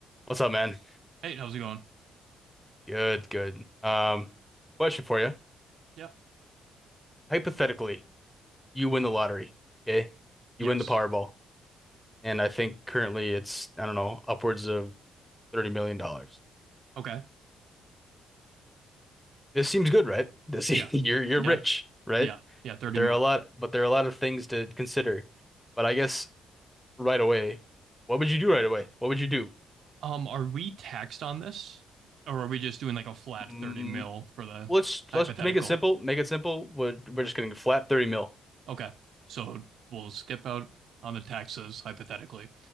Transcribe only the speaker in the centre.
What's up, man?
Good, good. Um, question for you.
Hypothetically, you win the lottery, okay? You
win the Powerball, and I think currently it's, I don't know, upwards of $30 million. dollars.
This seems good, right? This
<laughs> you're you're
rich, right?
But there
are a lot but there are a lot of things to consider. But I guess right away, what would you do right away? What would you do?
Mm,
let's
let's make it simple. Make it simple. We're, we're just getting flat 30 mil.